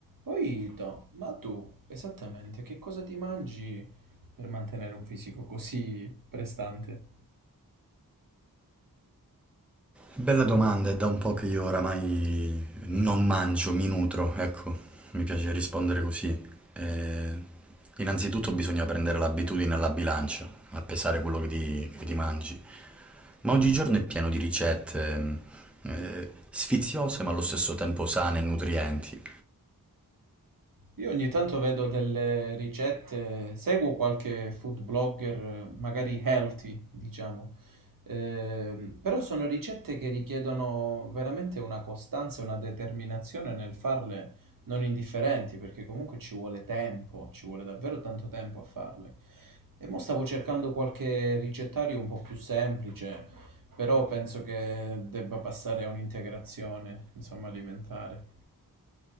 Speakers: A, on the right; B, in the centre.
A: Oito, ma tu esattamente che cosa ti mangi per mantenere un fisico così prestante?
B: Bella domanda, è da un po' che io oramai non mangio, mi nutro, ecco, mi piace rispondere così. Eh, innanzitutto bisogna prendere l'abitudine alla bilancia, a pesare quello che ti, che ti mangi. Ma oggigiorno è pieno di ricette, ehm, eh, sfiziose ma allo stesso tempo sane e nutrienti.
A: Io ogni tanto vedo delle ricette, seguo qualche food blogger, eh, magari healthy, diciamo, Ehm, però sono ricette che richiedono veramente una costanza e una determinazione nel farle non indifferenti, perché comunque ci vuole tempo, ci vuole davvero tanto tempo a farle. E mo stavo cercando qualche ricettario un po' più semplice, però penso che debba passare a un'integrazione, insomma, alimentare.